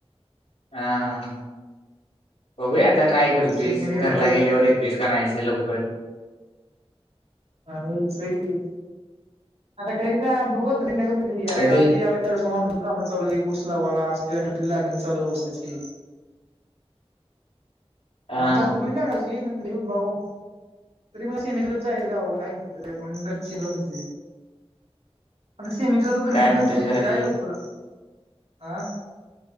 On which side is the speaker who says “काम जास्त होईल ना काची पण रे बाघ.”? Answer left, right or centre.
Right